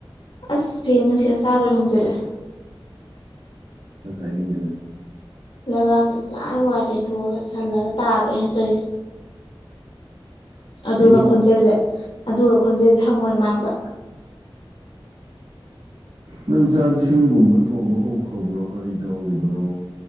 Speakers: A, on the left (about 75°); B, on the right (about 65°).
A: ꯑꯁ ꯐꯤ ꯅꯨꯡꯁꯤꯠ ꯑꯁꯥꯕꯩ ꯍꯨꯝꯖꯤꯜꯂꯦ
B: ꯅꯪ ꯍꯥꯏꯅꯤꯡ ꯉꯤꯗꯨ
A: ꯂꯩꯕꯥꯛꯁꯤꯗ ꯁꯠ ꯋꯥꯏ ꯇꯩꯊꯣꯛꯑꯒ ꯁꯜꯂꯒ ꯇꯥꯕ ꯑꯩꯅ ꯇꯧꯔꯤꯁꯦ <unintelligible> ꯑꯗꯨꯒ
B: ꯀꯔꯤ
A: ꯈꯣꯟꯖꯦꯜꯁꯦ ꯑꯗꯨꯒ ꯈꯣꯟꯖꯦꯜꯁꯦ ꯍꯪꯉꯣꯏ ꯃꯥꯟꯕ
B: ꯅꯪ ꯆꯥꯛ ꯏꯁꯤꯡꯒꯨꯝꯕ ꯊꯣꯡꯕ ꯍꯧꯈ꯭ꯔꯕ꯭ꯔꯣ ꯀꯔꯤ ꯇꯧꯔꯤꯕꯅꯣ